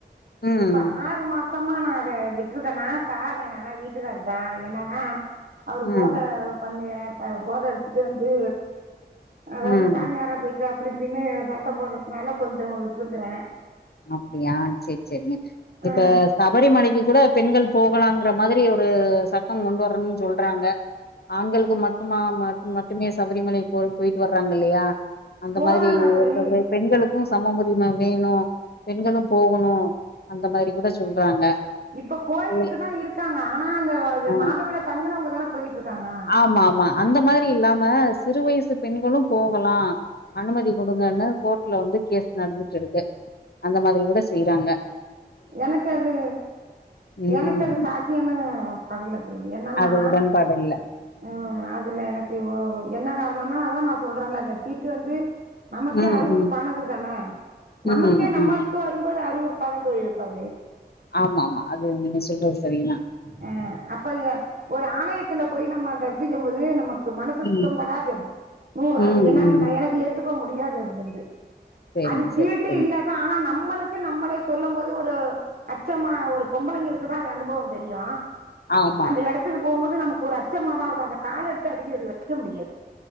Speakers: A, on the left; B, on the right.
A: ம்,
B: இப்ப ஆறு மா சமா நா அத விட்டுருக்கனா காரனோ என்னானா வீட்டுக்காரு தா என்னன்னா அவரு
A: ம்,
B: போத பண்ணி ப போத அடிச்சுட்டு வந்து அதாவது
A: ம்.
B: சாமியாரா போயி க்க அப்டி இப்டின்னு சண்ட போடுறதுனால கொஞ்சோ விட்ருக்குற
A: அப்படியா சேரி சேரிங்க இப்ப
B: ஆ
A: சபரிமலைக்கு கூட பெண்கள் போகலாங்கற மாதிரி ஒரு சட்டம் கொண்டு வரன்னு சொல்றாங்க ஆண்களுக்கு மட்டுமா மட் மட்டுமே சபரிமலை போ போயிட்டு வர்றாங்க இல்லையா அந்த
B: போறாங்க
A: மாதிரி
B: தோழி
A: இருக்கூட பெண்களுக் கு சம உரிமை வேணு பெண்களு போகணு அந்த மாதிரி கூட சொல்றாங்க
B: இப்ப போய்கிட்டு
A: இது
B: தா இருக்காங்க ஆனா அந்த அது
A: ஆ
B: மாதவிடா தங்கனவங்க தான போய்கிட்ருக்கறாங்க
A: ஆமா ஆமா அந்த மாதிரி இல்லாம சிறு வயசு பெண்களும் போகலா அனுமதி குடுங்கன்னு கோட்ட்ல வந்து கேஸ் நடந்துட்டு இருக்கு அந்த மாரி கூட செய்றாங்க
B: எனக்கு அது
A: ம்
B: எனக்கு அது சாத்தியனு படல என்னன்னா
A: அது உடன்பாடு இல்ல
B: ம் அதுல எனக் இப்ப ஒ ஒ என்ன காரனோனா அதா நா சொல்றல இந்த தீட்டு வந்து நமக்கே
A: ம்
B: அறுவுறு
A: ம்
B: பானது தானே நமக்கே
A: ம்
B: நமக்கு
A: ம்
B: வரும்போது அறுவறுப்ப தா தோழி இருக்கு அது
A: ஆமா ஆமா அது நீங்க சொல்றது சரி தா
B: அ அப்ப ஒரு ஆலயத் துல போய் நம்ம தரிசிக்கும் மோது நமக்கு மனசு
A: ம்
B: சுத்தம் படாதது ட்ரூ
A: ம்
B: அது என்னனு
A: ம்
B: எனக்கு ஏ ஏத்துக்க முடியாது அது வந்து
A: சரிங்க
B: அது தீட்டு
A: சரி சரிங்க
B: இல்ல தா ஆனா நம்மளுக்கு நம்மளே சொல்லும் போது ஒரு அச்சமா ஒரு பொம்பளைங்களுக்கு தா அனுபவோ தெரியு
A: ஆமா
B: அந்த
A: ஆமா
B: எடத்த துக்கு போம்போது நமக்கு ஒரு அச்சமாதா இருக்கு அந்த கால எடுத்து அடிக்க அடி வைக்க முடியாது